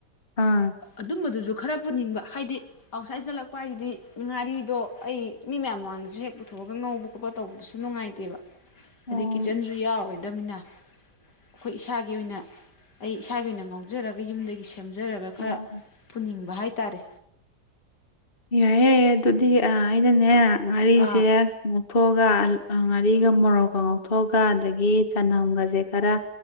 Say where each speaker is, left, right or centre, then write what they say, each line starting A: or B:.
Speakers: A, on the left (about 30°); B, on the left (about 70°).
A: ꯑꯥ
B: ꯑꯗꯨꯝꯕꯗꯨꯖꯨ ꯈꯔ ꯄꯨꯅꯤꯡꯕ ꯍꯥꯏꯗꯤ ꯑꯥꯎꯠꯁꯥꯏꯠ ꯆꯠꯂꯛꯄ ꯍꯥꯏꯖꯤꯗꯤ ꯉꯥꯔꯤꯗꯣ ꯑꯩ ꯃꯤ ꯃꯌꯥꯝ ꯃꯃꯥꯡꯗꯁꯨ ꯍꯦꯛ ꯄꯨꯊꯣꯛꯑꯒ ꯉꯧꯕ ꯈꯣꯠꯄ ꯇꯧꯕꯗꯨꯁꯨ ꯅꯨꯡꯉꯥꯏ ꯇꯦꯕ ꯍꯥꯏꯗꯤ
A: ꯑꯣ
B: ꯀꯤꯠꯆꯟꯖꯨ ꯌꯥꯎꯔꯣꯏꯗꯃꯤꯅ ꯑꯩꯈꯣꯏ ꯏꯁꯥꯒꯤ ꯑꯣꯏꯅ ꯑꯩ ꯏꯁꯥꯒꯤ ꯑꯣꯏꯅ ꯉꯥꯎꯖꯔꯒ ꯌꯨꯝꯗꯒꯤ ꯁꯦꯝꯖꯔꯒ
A: ꯑꯣ
B: ꯈꯔ ꯄꯨꯅꯤꯡꯕ ꯍꯥꯏꯇꯥꯔꯦ
A: ꯌꯥꯏꯌꯦ ꯌꯥꯏꯌꯦ ꯑꯗꯨꯗꯤ ꯑꯩꯅꯅꯦ ꯉꯥꯔꯤꯁꯦ
B: ꯑꯥ
A: ꯉꯧꯊꯣꯛꯑꯒ ꯉꯥꯔꯤꯒ ꯃꯣꯔꯣꯛꯀ ꯉꯧꯊꯣꯛꯑꯒ ꯑꯗꯒꯤ ꯆꯅꯝꯒꯁꯦ ꯈꯔ